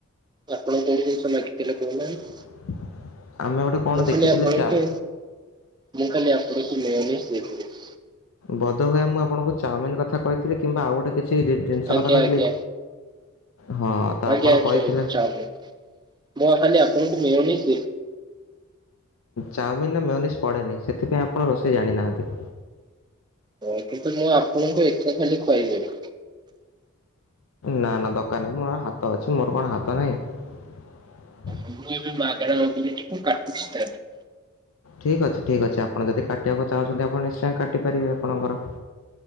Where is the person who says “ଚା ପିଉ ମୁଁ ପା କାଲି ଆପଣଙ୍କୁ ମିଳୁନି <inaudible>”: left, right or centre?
Right